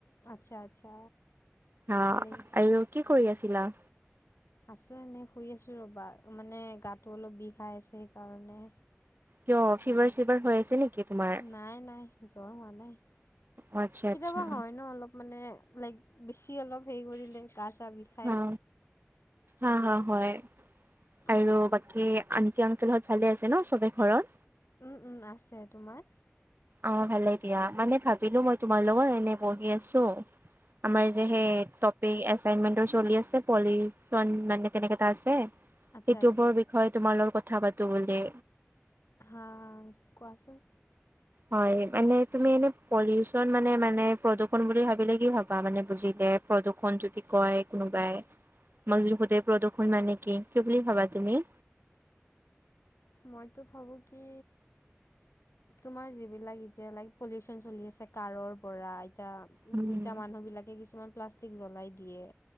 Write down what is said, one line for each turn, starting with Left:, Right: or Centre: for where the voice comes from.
Left: আচ্ছা আচ্ছা
Right: অ,
Left: ভালে গৈছিল
Right: আৰু কি কৰি আছিলা?
Left: আছো এনেই শুই আছো ৰবা মানে গাটো অলপ বিষাই আছে সেইকাৰণে।
Right: কিয় ফিভাৰ চিভাৰ হৈ আছে নেকি? তোমাৰ?
Left: নাই - নাই জ্বৰ হোৱা নাই। কেতিয়াবা
Right: অ' আচ্ছা আচ্ছা
Left: হয় ন অলপ মানে লাইক বেছি অলপ হেৰি কৰিলে গা চাহ বিষাই।
Right: হা হা - হা হয়
Left: উম,
Right: আৰু বাকী আন টি, আক্লল হঁত ভালে আছে ন চবে ঘৰত?
Left: উম - উম আছে, তোমাৰ?
Right: অ, ভালে দিয়া মানে ভাবিলো মই তোমাৰ লগত এনে বহি আছো আমাৰ যে সেই টপিক এচাইনমেন্টৰ চলি আছে পলিশন মানে তেনেকে এটা আছে সেইটো
Left: আচ্ছা, আচ্ছা
Right: ওপৰত বিষয়ে তোমাৰ লগৰ কথা পাতো বুলি।
Left: হা কোৱাচোন।
Right: হয় সেইকাৰণে মানে তুমি এনে পলিউচন মানে মানে প্ৰদূৰষণ বুলি ভাবিলে কি ভাবা মানে বুজিলে প্ৰদূ্ষণ যদি কয় কোনোবাই? তোমাক যদি সোধে প্ৰদূষণ মানে কি? কি বুলি ভাবা তুমি?
Left: মইতো ভাবো কি তোমাৰ যিবিলাক এতিয়া লাইক পলিউচন চলি আছে কাৰৰ পৰা এতিয়া
Right: উম,
Left: মিতা মানুহ বিলাকে কিছুমান প্লাষ্টিক জ্বলাই দিয়ে